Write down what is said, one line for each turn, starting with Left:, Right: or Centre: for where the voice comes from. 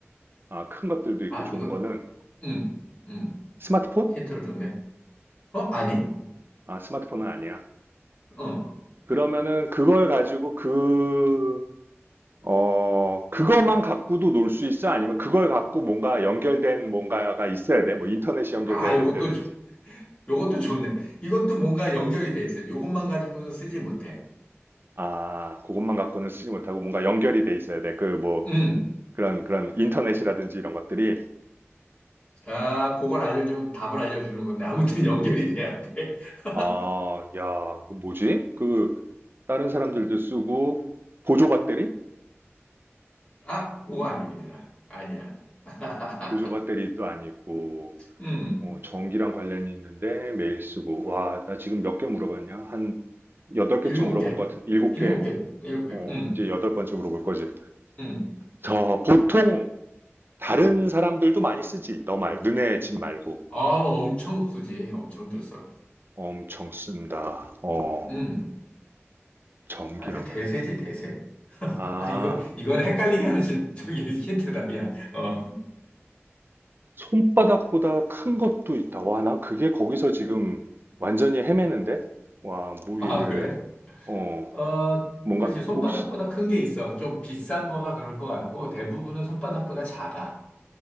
Right: 아, 큰 것들도 있고
Left: 아,
Right: 좋은
Left: 이거,
Right: 거는
Left: 음, 음,
Right: 스마트폰?
Left: 힌트를 줬네. 어, 아니?
Right: 아, 스마트폰은 아니야.
Left: 어.
Right: 그러면은 그걸 가지고 그 어, 그거만 갖고도 놀 수 있어? 아니면 그걸 갖고 뭔가 연결된 뭔가가 있어야 돼? 뭐 인터넷이 연결돼야
Left: 아, 요것도,
Right: 된다든지.
Left: 좋- 요것도 좋네. 이것도 뭔가 연결이 돼 있어요. 요것만 가지고는 쓰지 못해.
Right: 아, 그것만 갖고는 쓰지 못하고 뭔가 연결이 돼 있어야 돼. 그 뭐,
Left: 음,
Right: 그런, 그런 인터넷이라든지 이런 것들이.
Left: 아, 그걸 알려주면 답을 알려주는 건데, 아무튼 <laughs> 연결이 돼야 돼. <laughs>
Right: 아, 야, 그거 뭐지? 그, 다른 사람들도 쓰고, 보조 배터리?
Left: 아, 그거 아닙니다. 아니야. <laughs>
Right: 보조 배터리도 아니고,
Left: 음,
Right: 어, 전기랑 관련이 있는데 매일 쓰고. 와, 나 지금 몇 개 물어봤냐? 한 여덟
Left: 일곱
Right: 개쯤 물어본
Left: 개.
Right: 것 같은? 일곱
Left: 일곱
Right: 개.
Left: 개. 일곱 개.
Right: 어,
Left: 음,
Right: 이제 여덟 번째 물어볼 거지.
Left: 음.
Right: 저 보통 다른 사람들도 많이 쓰지. 너 말, 너네 집 말고.
Left: 아, 엄청 쓰지. 엄청 들써.
Right: 엄청 쓴다. 어,
Left: 음,
Right: 전기란
Left: 아주 대세지,
Right: 걸.
Left: 대세. <laughs>
Right: 아,
Left: 아, 이거, 이건 헷갈리게 하는 질, 저기 힌트다. 미안. 어,
Right: 손바닥보다 큰 것도 있다. 와, 난 그게 거기서 지금 완전히 헤매는데? 와, 뭘
Left: 아,
Right: 얘기를
Left: 그래?
Right: 해야지. 어,
Left: 어,
Right: 뭔가,
Left: 그치. 손바닥보다
Right: 혹시,
Left: 큰 게 있어. 좀 비싼 거가 그럴 것 같고, 대부분은 손바닥보다 작아.